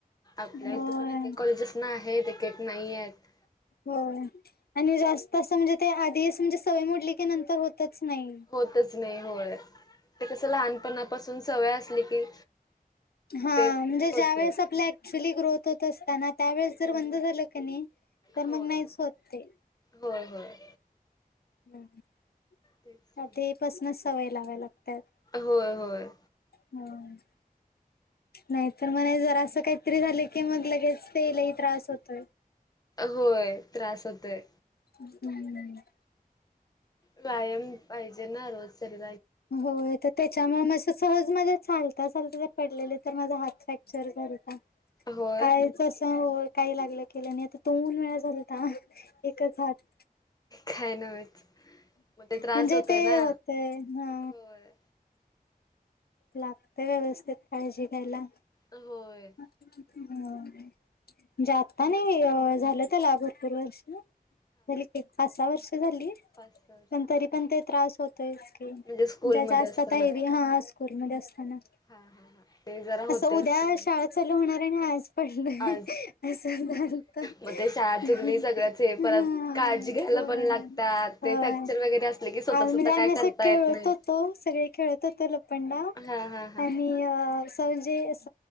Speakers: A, on the left; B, on the left.
A: आपल्या
B: होय
A: इथं पण एक कॉलेजेस नाहे तिकेट नाही आहेत
B: हो आणि जास्त असं म्हणजे ते आधी म्हणजे सवय मोडली की नंतर होतच नाही.
A: होतच नाही होय ते कस लहानपणापासून सवय असली की.
B: हा
A: ते
B: म्हणजे
A: होते.
B: ज्या वेळेस आपल्या. क्च्युली ग्रोथ होत असताना त्यावेेळेस जर बंद झालं कनी तर
A: होय
B: मग नाहीच होत ते.
A: होय होय
B: हम हम
A: तेच
B: आधीपासूनच
A: की.
B: सवय लावाय लागतात.
A: होय होय
B: हम्म नाही पण मला जर असं काहीतरी झालं की मग लगेच लई त्रास होतोय
A: होय त्रास होतोय.
B: हम् <unintelligible>
A: व्यायाम पाहिजे ना रोज सकाळी
B: हो तर त्याच्यामुळे मी अस सहज मजा चालते ला पडलेले तर माझा हात फ्रॅक्चर झालाता
A: होय
B: काय हो काही लागलं केलं नाही आता दोन वेळा झाल आता एकच हात
A: काय नव्हेच मग ते त्रास
B: म्हणजे
A: होतोय
B: ते
A: ना.
B: तय हा
A: होय
B: लागतेय व्यवस्थित काळजी घ्यायला.
A: होय
B: म्हणजे आता नाही झालं त्याला भरपूर वर्ष झाली कि पाच सहा वर्ष झाली
A: पास
B: पण तरी पण ते त्रास होतय च की
A: म्हणजे स्कूलमध्ये
B: जास्त
A: असताना
B: आता हेवी
A: काय?
B: हा अस स्कुल मध्ये असताना
A: हा हा हा ते जरा होतय
B: असं उद्या
A: स्कूलमध्ये
B: शाळा चालू होणार आणि आज पडलंय
A: आज
B: अस झालत
A: मग ते शाळा
B: ह
A: चुकली सगळंच हे
B: हा
A: परत काळजी घ्यायला
B: होय
A: पण लागतात
B: होय
A: ते फ्रॅक्चर वगैरे असले की स्वतः
B: आज
A: स्वतः
B: म्हणजे आम्ही
A: काय
B: अस
A: करता
B: खेळत
A: येत नाही.
B: होतो सगळे खेळत होतो लप पंडाव
A: हा हा हा
B: आणि अस म्हंजे अस